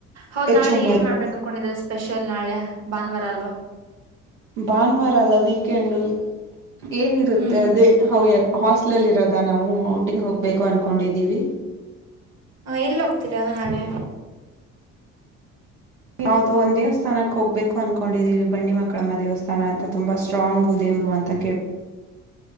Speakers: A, on the right; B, on the right.
A: ಹೌದ್ ನಾಳೆ
B: ಚುಮ್ಮಲ್
A: ಏನ್ ಮಾಡ್ಬೇಕು ಅನ್ಕೊಂಡಿದ್ರ ಸ್ಪೆಷಲ್ ನಾಳೆ ಭಾನುವಾರಾ ಅಲ್ವಾ.
B: ಭಾನುವಾರಲ್ಲ ವೀಕೆಂಡು. ಏನಿರುತ್ತೆ
A: ಹ್ಮ್
B: ಅದೇ ಹೌವೇ ಹಾಸ್ಟ್ಲಲ್ಲಿ ಇರೋದ ನಾವು ಔಟಿಂಗ್ ಹೋಗ್ಬೇಕು ಅನ್ಕೊಂಡಿದೀವಿ.
A: ಹ ಎಲ್ಲಿ ಹೋಗ್ತೀರಾ ನಾಳೆ.
B: ಹೌದು ಒಂದ ದೇವಸ್ಥಾನಕ್ಕ ಹೋಗ್ಬೇಕು ಅನ್ಕೊಂಡಿದ್ದೀ ಬಂಡಿ ಮಾಕಾಳಮ್ಮ ದೇವಸ್ಥಾನ ಅಂತ ತುಂಬಾ ಸ್ಟ್ರಾಂಗು ದೇವರು ಅಂತ ಕೇಳ